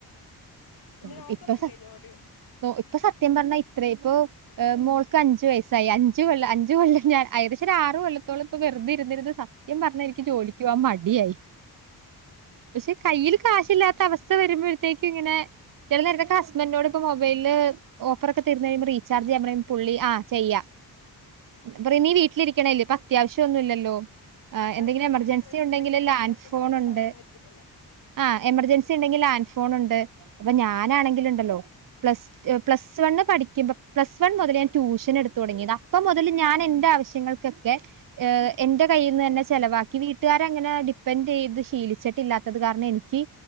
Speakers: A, on the left (about 60°); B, on the right (about 55°).
A: ഇനി
B: ഇപ്പൊ
A: നോക്കുന്നില്ലേ ജോലി
B: ഇപ്പൊ സത്യം പറഞ്ഞാ ഇത്ര ഇപ്പൊ ഏഹ് മോൾക്ക് അഞ്ച് വയസ്സായി അഞ്ചു കൊല്ലം അഞ്ചു കൊല്ലം ഞാൻ ഏകദേശം ഒരാറ് കൊല്ലത്തോളം ഇപ്പ വെറുതെ ഇരുന്നിരുന്ന് സ ക്കും പറഞ്ഞാ എനിക്ക് ജോലിക്ക് പോവാൻ മടിയായി പക്ഷെ കയ്യിൽ കാശില്ലാ ത്ത അവസ്ഥ വരുമ്പോഴത്തേക്ക് ഇങ്ങനെ ചെല നേരത്തൊക്കെ ഹസ്ബന്റിനോട് ഇപ്പം മൊബൈലില് ഓഫറൊക്കെ തീരുന്ന് കഴിയുമ്പ റീചാർജ് ചെയ്യാൻ പറയുമ്പോ പുള്ളി ആ ചെയ്യാം അപ്പ പറയും നീ വീട്ടിലിരിക്കണല്ലേ ഇപ്പ അത്യാവശ്യം ഒന്നു ഇല്ലല്ലോ ആ
A: നമ്മുടെ
B: എന്തെങ്കിലും
A: കയ്യില്
B: എമർജൻസി
A: സ്വന്തമായിട്ട് പൈസ
B: ഉണ്ടെങ്കില്
A: ഉണ്ടെങ്കിൽ നമുക്ക്
B: ലാൻഡ്
A: ആരെടുത്തും
B: ഫോൺ
A: ചോദിക്കേണ്ട
B: ഉണ്ട്
A: ആവശ്യം വരത്തില്ലല്ലോ
B: ആ എമർജൻസി ഉണ്ടെങ്കി ആൻഫോൺ ഉണ്ട് അപ്പൊ ഞാനാണെങ്കില ഉണ്ടല്ലോ പ്ലസ് റ്റ് പ്ലസ് വണ്ണ് പഠിക്കുമ്പം പ്ലസ് വൺ മുതല് ഞാൻ ട്യൂഷൻ എടുത്തൊടങ്ങിയതാ അപ്പം മുതല് ഞാൻ എന്റെ ആവശ്യങ്ങൾ ക്കൊക്കെ ഏഹ് എന്റെ കയ്യിൽന്നന്നെ ചെലവാക്കി വീട്ടുകാരെ അങ്ങനെ ഡിപ്പെൻഡ് ചെയ്ത് ശീലിച്ചിട്ടില്ലാത്തത് കാരണം എനിക്ക്